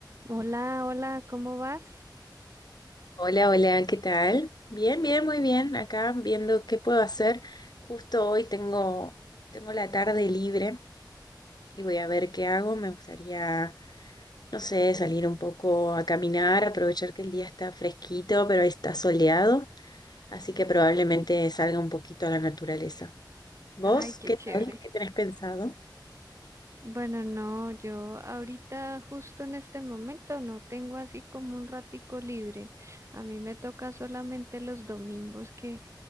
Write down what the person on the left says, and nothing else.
Hola, hola, ¿qué tal? Bien, bien, muy bien. Acá viendo qué puedo hacer. Justo hoy tengo, tengo la tarde libre y voy a ver qué hago. Me gustaría, no sé, salir un poco a caminar, aprovechar que el día está fresquito, pero está soleado, así que probablemente salga un poquito a la naturaleza. ¿Vos
qué
tal? ¿Qué tenés pensado?